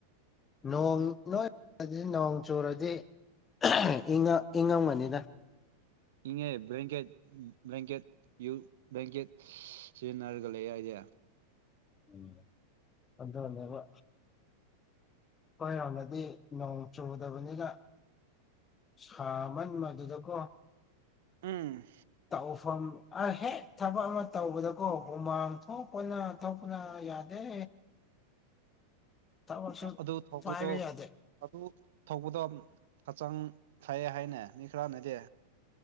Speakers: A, on the left; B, on the right.
A: ꯅꯣꯡ ꯅꯣꯏꯗꯤ ꯅꯣꯡ ꯆꯨꯨꯔꯗꯤ ꯏ ꯏꯉꯥꯎꯕꯗ
B: ꯑꯦꯅꯒꯦ ꯕꯂꯀꯦꯠ ꯕꯂꯀꯦꯠ ꯌꯨ ꯕ꯭ꯂꯦꯡꯀꯦꯠ ꯁꯤꯖꯤꯟꯅꯔꯒ ꯂꯩꯏꯗꯤ
A: ꯎꯝ ꯑꯗꯅꯤꯕ ꯑꯩꯏꯔꯥꯎꯅꯗꯤ ꯅꯣꯡ ꯆꯨꯗꯕꯅꯤꯅ ꯍ ꯃꯟ ꯃ ꯑꯗꯨꯗ ꯀꯣ
B: ꯎꯝ
A: ꯇꯧꯐꯝ ꯑ ꯍꯦꯛ ꯊꯕꯛ ꯑꯃ ꯇꯧꯕꯗꯀꯣ ꯍꯨꯃꯥꯡ ꯊꯣꯛꯄꯅ ꯊꯣꯛꯄꯅ ꯌꯥꯗꯦ ꯊꯕꯛꯁꯨ
B: ꯑꯗꯨ ꯊꯧꯕꯗꯣ
A: ꯄꯥꯏꯕ ꯌꯥꯗꯦ
B: ꯑꯗꯨ ꯊꯧꯕꯗꯣ ꯍꯛꯆꯥꯡ ꯐꯥꯏꯌꯦ ꯍꯥꯏꯅ ꯃꯤ ꯈꯔꯅꯗꯦ